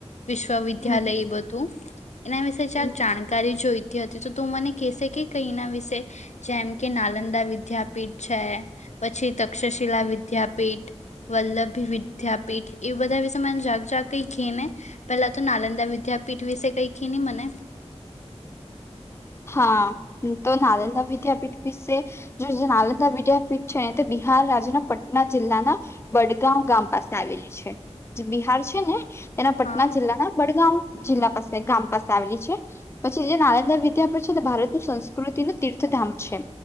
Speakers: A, on the left; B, on the left.
A: વિશ્વવિદ્યાલય
B: હમ
A: એ બધું એના વિશે
B: હમ
A: ચાલ જાણકારી જોઈ હતી તો ત મને કહેશે કે કઈના વિશે જેમ કે નાલંદા વિદ્યાપીઠ છે પછી તક્ષશિલા વિદ્યાપીઠ વલ્લભી વિદ્યાપીઠ એ બધા વિશે મને જાગ જાગ કઈ કી ને પેલા તો નાલંદા વિદ્યાપીઠ વિશે કઈ કી ને મને
B: હા તો નાલંદા વિદ્યાપીઠ વિશે જો નાલંદા વિદ્યાપીઠ છે ને તે બિહાર રાજ્યના પટના જિલ્લાના બડગાં ગામ પાસે આવેલી છે જે બિહાર છે ને એના પટના
A: હા
B: જિલ્લા ના બડગામવ જિલ્લા પાસે ગામ પાસે આવેલી છે પછી જે નાલદા તાર પછી ભારતનું સંસ્કૃતિનું તીર્થધામ છે